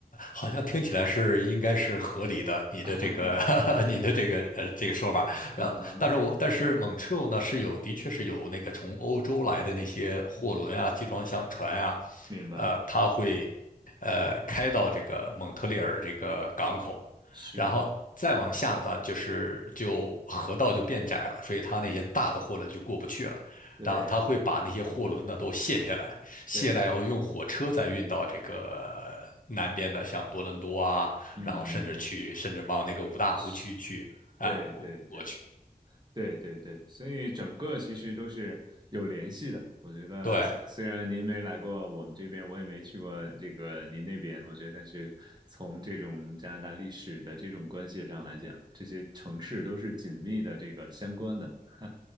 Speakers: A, on the left; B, on the right.
A: 好像听起来是应该是合理的，你的这个
B: <laughs>
A: <laughs> 你的这个呃这个说法。
B: 嗯哼，
A: 然后，但是我但是 m o n t 呢是有的确是有那个从欧洲来的那些货轮啊、集装箱船啊，
B: 明白，
A: 呃，它会呃开到这个蒙特利尔这个港口，
B: 是的，
A: 然后再往下呢就是就河道就变窄了，所以它那些大的货轮就过不去了，
B: 对
A: 然后它会把那些货轮呢都卸下来。卸了以后用火车再运到这个南边的像多伦多啊，
B: 对，嗯，
A: 然后甚至去，甚至往那个五大湖区去，
B: 哦，是，
A: 啊、
B: 对对对。
A: 过过去。
B: 对对对，所以整个其实都是有联系的。我觉得虽虽然您没来过我们这边，
A: 对，
B: 我也没去过这个您那边，我觉得但是从这种加拿大历史的这种关系上来讲，这些城市都是紧密的这个相关的。<laughs>